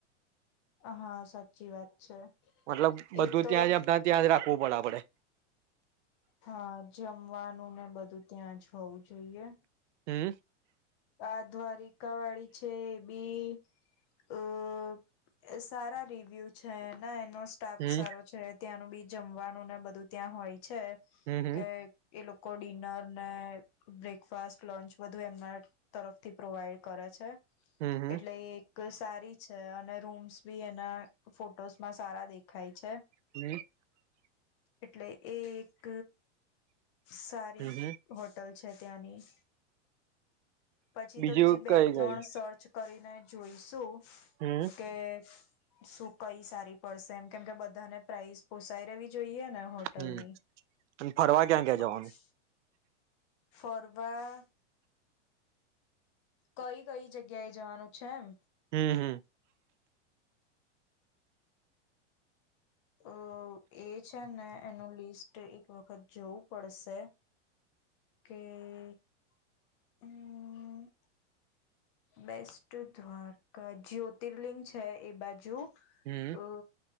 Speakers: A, on the left (about 25°); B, on the right (about 70°).
A: હા, સાચી વાત છે
B: મતલબ બધું
A: એ તો
B: ત્યાં જ, આપણા ત્યાં જ રાખવું. બરાબડે
A: હા! જમવાનું ને બધું ત્યાં જ હોવું જોઈએ.
B: હમ!
A: આ દ્વારી કા વાળી છે એ <inaudible> ઈ અઅ સારા રિવ્યુ છે. એના એનો સ્ટાફ
B: હમ
A: સારો છે. ત્યાંનું બી જમવાનું ને, બધું ત્યાં હોય. છે
B: હમ હમ
A: કે એ લોકો ડિનર ને બ્રેકફાસ્ટ લંચ બધુ એમના તરફથી પ્રોવાઈડ કરે છે.
B: હમ હમ
A: એટલે એક સ સારી છે. અને રૂમ્સ બી એના ફોટોસ માં સારા દેખાય છે.
B: હમ. <inaudible>
A: એટલે એ એક સારી
B: હમ હમ
A: હોટલ છે. ત્યાની. પછી
B: બીજું
A: તો, બીજી બે,
B: કઈ
A: ત્રણ
B: કઈ
A: સર્ચ કરીને જોઈશ. તો.
B: હમ
A: કેએ શું કઈ સારી પડશે એમ? કેમ કે બધાને પ્રાઇઝ પોસાઈ રેવી જો જોઈએ ને હોટલની.
B: હમ અને ફરવા ક્યાં ક્યાં
A: <unintelligible>
B: જવાનું
A: ફરવા--. કઈ કઈ જગ્યા એ જવાનું છે એમ.?
B: હમ હમ.
A: અ એ છે ને એનું લિસ્ટ એક વખત જોવું પડશે કે એ હમ. બેસ્ટ દ્વારકા જ્યોતિર્લિંગ છે. એ બાજુ.
B: હમ.
A: અ